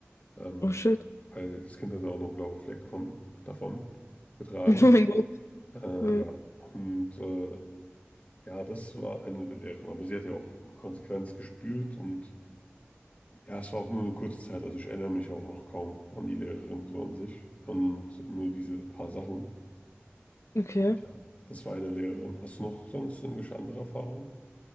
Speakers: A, on the left (about 35°); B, on the left (about 90°).
A: ähm,
B: Oh shit. <laughs>
A: weil das Kind hatte auch noch einen blauen Fleck von, davon getragen.
B: Oh mein Gott.
A: Äh,
B: Ja.
A: ja, und äh, ja, das war eine der Lehren. Aber sie hat ja auch eine Konsequenz gespürt und ja, es war auch nur eine kurze Zeit. Also ich erinnere mich auch noch kaum an die Lehrerin so an sich und nur diese paar Sachen.
B: Okay.
A: Und ja, das war eine Lehrerin. Hast du noch sonst irgendwelche andere Erfahrungen?